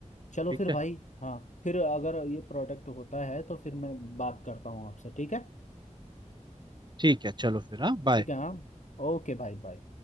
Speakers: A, on the left (about 70°); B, on the right (about 35°).
A: चलो
B: ठीक
A: फिर भाई
B: है
A: हाँ फिर अगर ये प्रोडक्ट होता है तो फिर मैं बात करता हूँ आपसे ठीक है
B: ठीक है चलो फिर हाँ बाय
A: ठीक है हाँ ओके भाई बाय